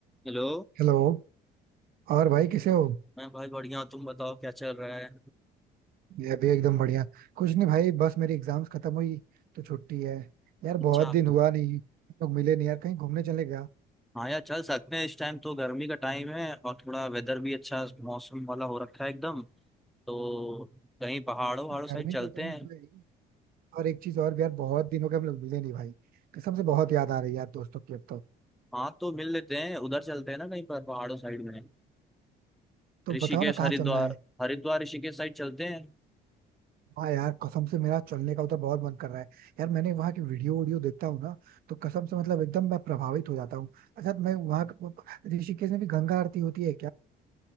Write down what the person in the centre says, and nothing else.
Hello
मैं भाई बढ़िया हूँ, तुम बताओ क्या चल रहा है
अच्छा
हाँ यार चल सकते हैं इस टाइम तो गर्मी का टाइम है और थोड़ा वेदर भी अच्छा मौसम वाला हो रखा है एकदम तो कहीं पहाड़ों वहाड़ों
साइड चलते
हैं
हाँ तो मिल लेते हैं उधर चलते हैं ना कहीं पर पहाड़ों साइड में
ऋषिकेश
हरिद्वार
हरिद्वार ऋषिकेश साइड चलते हैं